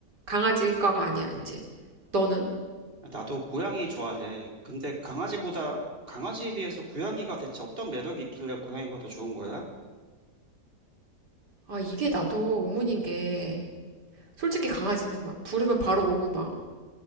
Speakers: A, on the right; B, on the right.
A: 강아지과가 아니야, 이제. 너는?
B: 나도 고양이 좋아해. 근데 강아지보다, 강아지에 비해서 고양이가 대체 어떤 매력이 있길래 고양이가 더 좋은 거야?
A: 아, 이게 나도 의문인 게, 솔직히 강아지는 막 부르면 바로 오고 막